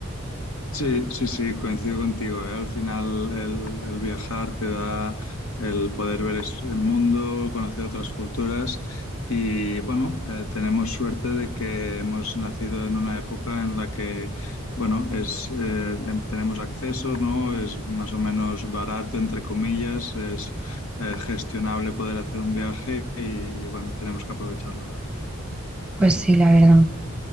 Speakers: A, on the left (about 75°); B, in the centre.
A: Sí, sí, sí, coincido contigo, ¿eh? Al final el, el viajar te da el poder ver es- el mundo, conocer otras culturas y bueno, eh, tenemos suerte de que hemos nacido en una época en la que, bueno, es, eh, em- tenemos acceso, ¿no? Es más o menos barato, entre comillas, es eh, gestionable poder hacer un viaje y, y bueno, tenemos que aprovecharlo, ¿verdad?
B: Pues sí, la verdad.